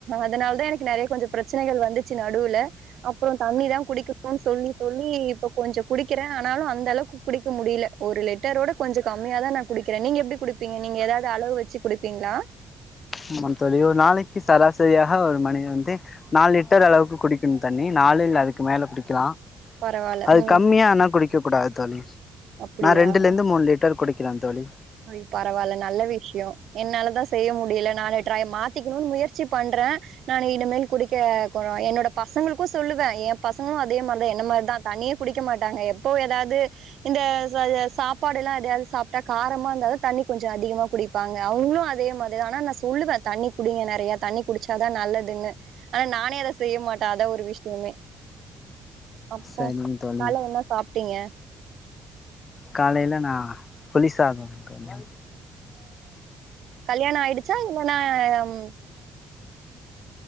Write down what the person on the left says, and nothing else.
ஆமான் தோழி ஒரு நாளக்கி சராசரியாஹ ஒரு மணி வந்து நால் லிட்டர் அளவுக்கு குடிக்குண் தண்ணி நாலு இல்ல அதுக்கு மேல குடிக்கலா
அது
கம்மியா ஆனா குடிக்க கூடாத் தோழி
நா ரெண்டுலந்து மூண் லிட்டர் குடி கிலா தோலி
சரிங்க தோழி
காலையில நா புலிசாதம் கோனே